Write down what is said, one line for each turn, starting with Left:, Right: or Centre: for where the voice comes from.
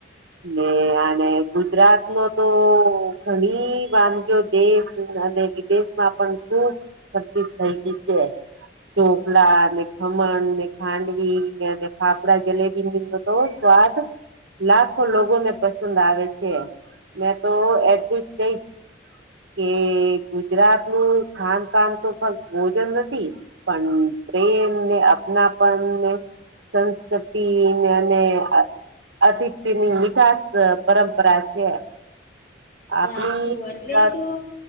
Right: ને અને ગુજરાત નો તો ઘણી વાનગઓ દેશ અને વિદેશમાં પણ ખુબ ખર્ચ થઈ ગય છે ચોપલા ને ખમણ ને ખાંડવી ફાફડા જલેબી તો સ્વાદ લાખો લોકો ને પસંદ આવે છે મેં તો એટલું જ કઈ જ કે ગુજરાત નું ખાન પાાન તો ફક્ત ભોજન નથી પણ પ્રેમ ને અનાપનને સંસ્કૃતિ અને અતિથ્ય ની મીઠાસ પરંપરા છે
Left: સાચું
Right: આપણી
Left: એટલે
Right: વાત
Left: તો